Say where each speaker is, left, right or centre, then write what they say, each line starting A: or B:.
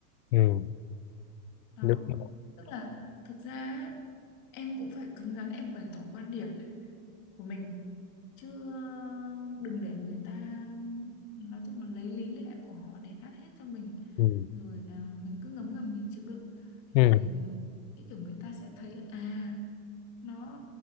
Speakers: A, on the left; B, on the left.
A: Ừ,
B: đó
A: đúng rồi
B: tức là thực ra ấy, em cũng phải cứng rắn em bày tỏ quan điểm của mình chứ ờ, đừng để người ta nói chung là lấy lý lẽ của họ để át hết cho mình
A: ừ
B: rồi à, mình cứ ngấm ngầm mình chịu đựng
A: ừ
B: thì ờ, cái kiểu người ta sẽ thấy à nó